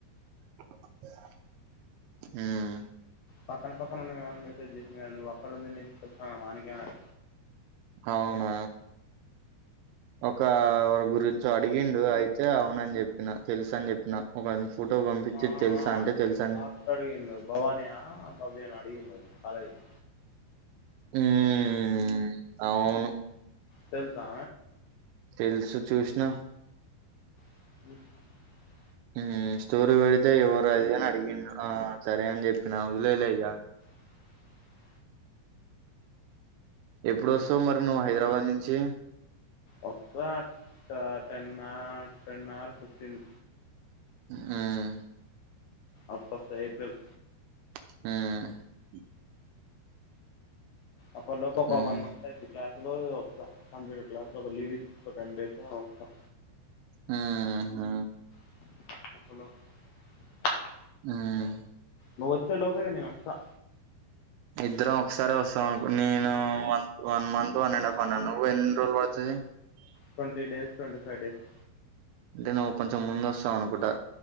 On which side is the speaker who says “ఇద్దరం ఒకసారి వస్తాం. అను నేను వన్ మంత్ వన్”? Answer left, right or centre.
Right